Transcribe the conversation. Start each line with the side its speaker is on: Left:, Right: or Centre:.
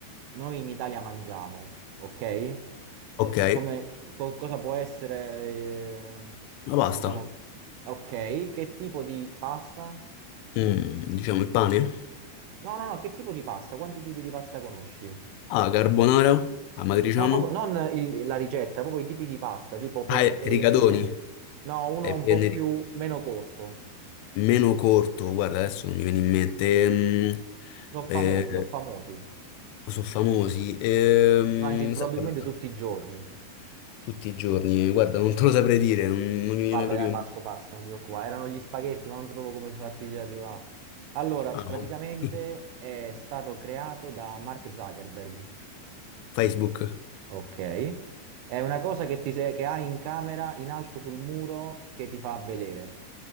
Right: noi in Italia mangiamo, ok?
Left: Ok,
Right: Come, co- cosa può essere, eh,
Left: la
Right: diciamo,
Left: pasta.
Right: ok, che tipo di pasta?
Left: Mm, diciamo il pane.
Right: No, no, no, che tipo di pasta? Quanti tipi di pasta conosci?
Left: Ah, carbonara, amatriciano.
Right: No, proprio non il- la ricetta, proprio i tipi di pasta, tipo pen-
Left: Ah, e
Right: penne.
Left: rigatoni.
Right: No, uno
Left: È
Right: un
Left: venere-
Right: po' più meno corto.
Left: meno corto, guarda, adesso non mi viene in mente. Ehm,
Right: Sono famosi,
Left: eh,
Right: sono famosi.
Left: sono famosi. Ehm,
Right: Li mangi probabilmente
Left: sai, guarda,
Right: tutti i giorni.
Left: tutti i giorni, eh, guarda, non te lo saprei dire, non, non mi viene
Right: Vabbè,
Left: proprio
Right: dai, passo
Left: in mente.
Right: passo, non ti preoccupare. Erano gli spaghetti, ma non sapevo come farti arrivare. Allora,
Left: Ah,
Right: praticamente
Left: no. <laughs>
Right: è stato creato da Mark Zuckerberg,
Left: Facebook,
Right: ok? È una cosa che, ti se- che hai in camera in alto sul muro che ti fa vedere.